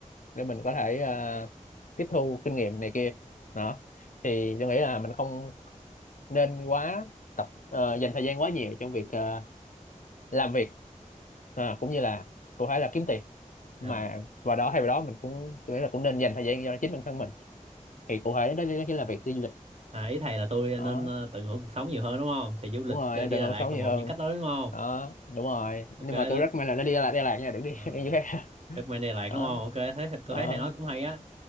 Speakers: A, on the left; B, on the right.
A: để mình có thể ờ, tiếp thu kinh nghiệm này kia đó thì tôi nghĩ là mình không nên quá tập ờ, dành thời gian quá nhiều trong việc ờ, làm việc Ờ, cũng như là cụ thể là kiếm tiền mà
B: À,
A: vào đó thay vào đó mình cũng tôi nghĩ là cũng nên dành thời gian cho chính bản thân mình thì cụ thể đó, đó chính là việc đi du lịch
B: à ý thầy là tôi
A: Đó.
B: nên ờ, tận hưởng cuộc sống nhiều hơn đúng không? Thì du lịch
A: đúng rồi
B: đi
A: em
B: đi
A: tận
B: Đà
A: hưởng
B: Lạt
A: sống nhiều
B: là một
A: hơn
B: trong những cách đó đúng không?
A: đó đúng rồi
B: Ok.
A: nhưng
B: đó.
A: mà tôi rất may là nó đi Đà Lạt, Đà Lạt nha đừng đi
B: À,
A: <laughs> đi chỗ khác
B: recommend đi Đà Lạt đúng
A: đó,
B: không? Ok. Thấy, tôi
A: đó.
B: thấy thầy nói cũng hay á.